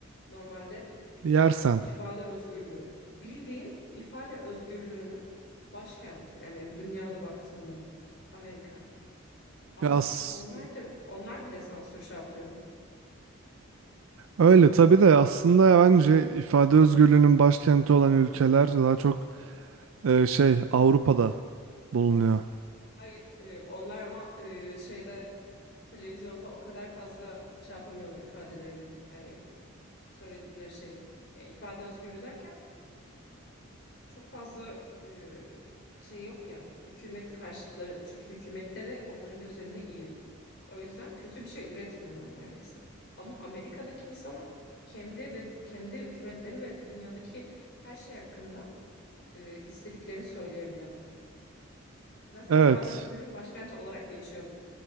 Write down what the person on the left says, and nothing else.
Normalde e,
ifade özgürlüğü. Bildiğin ifade özgürlüğünün başkenti. Yani dünyada baktığında Amerika. Ama
onlar da onlar bile sansür şey yapıyor.
Hayır, e, onlar ama e, şeyde televizyonda o kadar fazla şey yapamıyorlar ifadelerini. Yani söyledikleri şeyi. Ya ifade özgürlüğü derken çok fazla e, şey yok ya. Hükümet karşıtları yok. Çünkü hükümetleri onların gözlerinde iyi. O yüzden kötü bir şey üretmiyorlar neredeyse. Ama Amerika'daki insanlar kendi ve kendi hükümetleri ve dünyadaki her şey hakkında e, istediklerini söyleyebiliyorlar. Zaten
ifade özgürlüğünün başkenti olarak geçiyorlar.